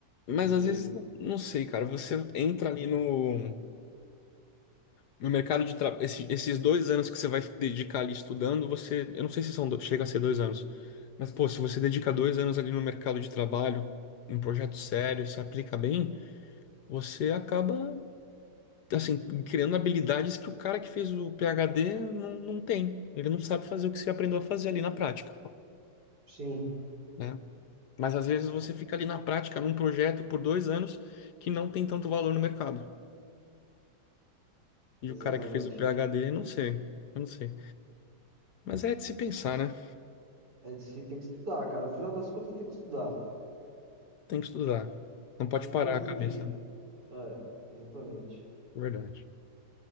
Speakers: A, on the left; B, on the right.
A: mas
B: de emprego.
A: às vezes, não não sei, cara. Você entra ali no, no mercado de trabalho. esses dois anos que você vai dedicar ali estudando, você. Eu não sei se são, do- chega a ser dois anos. Mas, pô, se você dedica dois anos ali no mercado de trabalho, em um projeto sério, se aplica bem, você acaba. assim, criando habilidades que o cara que fez o PhD não, não tem. Ele não sabe fazer o que você aprendeu a fazer ali na prática,
B: Sim,
A: né? Mas às vezes você fica ali na prática, num projeto por dois anos que não tem tanto valor no mercado. E
B: exatamente.
A: o cara que fez o PhD, não sei, eu não sei. Mas é de se pensar, né?
B: É, você tem que estudar, cara. Afinal das contas, tem que estudar.
A: Tem que estudar. Não pode
B: Não
A: parar
B: tem como
A: a
B: fugir.
A: cabeça. né?
B: É, exatamente.
A: É Verdade.